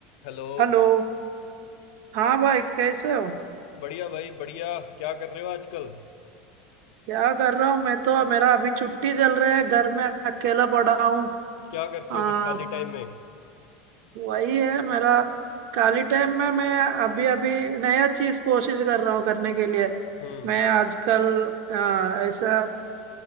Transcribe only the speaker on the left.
हेलो
बढ़िया भाई बढ़िया क्या कर रहे हो आजकल
क्या करते
हो फिर खाली टाइम में
हम्म